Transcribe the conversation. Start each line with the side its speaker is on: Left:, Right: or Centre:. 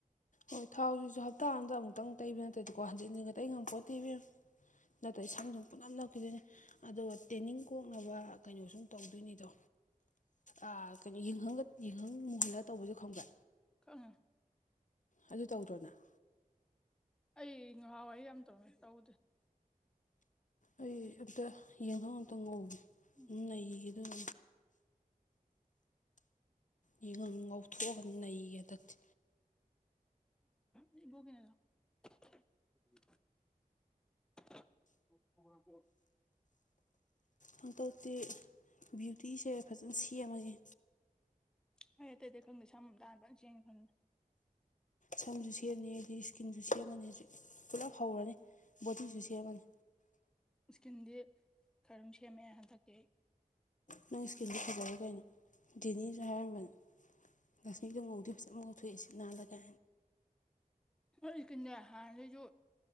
Left: ꯑꯣ ꯊꯥꯎꯁꯤꯁꯨ ꯍꯞꯇꯥ ꯑꯃꯥꯗ ꯑꯃꯨꯛꯇꯪ ꯇꯩꯕ ꯅꯠꯇꯗꯤꯀꯣ ꯍꯟꯖꯤꯟ ꯍꯟꯖꯤꯟ ꯇꯩꯕ ꯉꯝꯄꯣꯠꯇꯦ ꯏꯕꯦꯝꯃ ꯅꯠꯇ꯭ꯔꯗꯤ ꯁꯝꯖꯨ ꯄꯨꯅꯞ ꯅꯞꯈꯤꯗꯣꯏꯅꯦ ꯑꯗꯣ ꯇꯦꯅꯤꯡ ꯀꯣꯛꯅꯕ ꯀꯩꯅꯣ ꯁꯨꯝ ꯇꯧꯗꯣꯏꯅꯤꯗꯣ ꯑꯥ ꯀꯥꯔꯤ ꯌꯦꯡꯒꯡ ꯌꯦꯡꯒꯡ ꯃꯨꯍꯜꯂꯒ ꯇꯧꯕꯗꯣ ꯈꯪꯕ꯭ꯔꯥ
Centre: ꯑ <unintelligible>
Left: ꯑꯗꯨ ꯇꯧꯗ꯭ꯔꯣ ꯅꯪ
Centre: ꯑꯩ ꯉꯍꯥꯟꯋꯥꯏꯗꯤ ꯌꯥꯝ ꯇꯧꯔꯝꯃꯦ ꯇꯧꯗꯦ
Left: ꯑꯩ ꯑꯝꯇ ꯌꯦꯡꯒꯪ ꯑꯝꯇ ꯉꯧꯒꯦ
Centre: ꯎꯝ
Left: ꯅꯩꯒꯦ ꯑꯗꯨꯒ ꯌꯦꯡꯒꯡ ꯉꯥꯎꯊꯣꯛꯑꯒ ꯅꯩꯒꯦ ꯍꯟꯗꯛꯇꯤ
Centre: ꯅꯕꯨꯣ ꯀꯅꯦꯗ <unintelligible> <unintelligible>
Left: ꯍꯟꯗꯛꯇꯤ ꯕ꯭ꯨꯎꯤꯇꯤꯁꯦ ꯐꯖꯅ ꯁꯦꯝꯃꯒꯦ
Centre: ꯍꯣꯏ ꯑꯇꯩꯪꯪ ꯑꯇꯩꯗꯤ ꯈꯪꯗꯦ ꯁꯝ ꯑꯝꯇ ꯍꯥꯟꯅ ꯂꯣꯏ ꯁꯦꯝꯒꯦ ꯈꯜꯕꯅꯦ
Left: ꯁꯝꯁꯨ ꯁꯦꯝꯅꯤ ꯑꯩꯗꯤ ꯁꯀꯤꯟꯁꯨ ꯁꯦꯝꯒꯅꯤ ꯍꯧꯖꯤꯛ ꯄꯨꯂꯞ ꯍꯧꯔꯅꯤ ꯕꯣꯗꯤꯁꯨ ꯁꯦꯝꯒꯅꯤ
Centre: ꯁꯀꯤꯟꯗꯤ ꯈꯔꯝ ꯁꯦꯝꯕ ꯌꯥꯏ ꯍꯟꯗꯛꯇꯤ ꯑꯩ
Left: ꯅꯪ ꯁꯀꯤꯟꯗꯤ ꯐꯖꯔꯦ ꯀꯩꯅꯣ ꯗꯤꯅꯤꯁꯨ ꯍꯥꯏꯔꯝꯕꯅꯦ ꯂꯛꯁꯃꯤꯗꯣ ꯉꯧꯗꯤ ꯐꯖꯅ ꯉꯧꯊꯣꯛꯑꯦ ꯁꯤꯠ ꯅꯥꯜꯂꯒ
Centre: ꯃꯥꯏ ꯁꯀꯤꯟꯖꯦ ꯍꯥꯟꯅꯗꯩꯩꯁꯨ